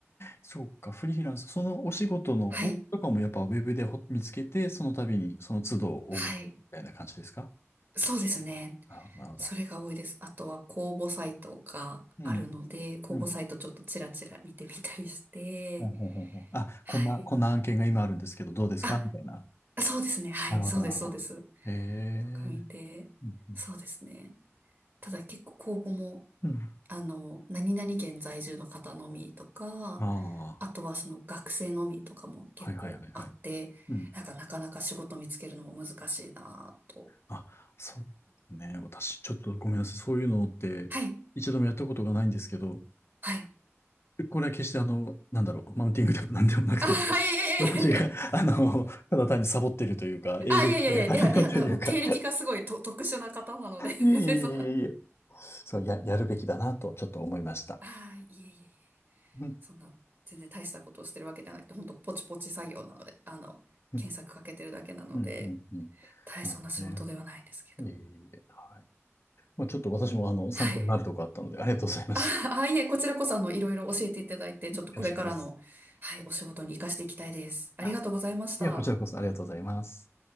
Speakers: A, on the left; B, on the right.
A: そうか、フリーランス、そのお仕事の応募とかもやっぱウェブでほ見つけて、
B: はい。
A: その度にその都度応募みたいな感じですか
B: はい。そうですね。
A: なるほど、なるほど。
B: それが多いです。あとは公募サイトがあるので、
A: うん、
B: 公募サイトちょっとちらちら見てみたりして、
A: うん。ほんほんほんほんあ、
B: はい。
A: こんな、こんな案件が今あるんですけど、どうですかみたいな。
B: あ、そうですね。はい。
A: なるほど、
B: そうです、
A: なるほど。
B: そうです。
A: へえ。
B: とか見て、
A: うん、うん。
B: そうですね。ただ結構公募も、
A: うん
B: あの、何々県在住の方のみとか、
A: あ
B: あとはその学生のみとかも結構あって、
A: あ、はいはいはいはい。うん。
B: なんかなかなか仕事見つけるのも難しいなぁと。
A: あ、そうですね。私、ちょっとごめんなさい。そういうのって、
B: はい
A: 一度もやったことがないんですけど、
B: はい。
A: これは決してあの、なんだろう、マウンティングでもなんでもなくて、
B: あ、いやいやいやいや。
A: 私が、あの、ただ単にサボってるというか、営業性が足りないというか、
B: あ、いやいやいやいや、いや、もう経歴がすごいと特殊な方なので
A: いえいえいえいえいえ、
B: <laughs> で、そんな、
A: そう、や、やるべきだなとちょっと思いました。
B: あ、いやいやいやいや
A: うん、
B: そんな、全然大したことをしてるわけじゃなくて、ほんとポチポチ作業なので、あの、
A: うん、
B: 検索かけてるだけなので、
A: うん、うんうん。
B: 大層な仕事ではないんですけど。
A: なるほどね。いえいえいえ、はい。まあ、ちょっと私もあの、参考になるとこあったので、
B: はい。
A: ありがとうございました。
B: あ、あ、いえ、こちらこそ、あの、いろいろ教えていただいて、ちょっとこれからの、
A: 恐縮です。
B: はい、お仕事に活かしていきたいです。ありがとうございました。
A: あ、いや、こちらこそありがとうございます。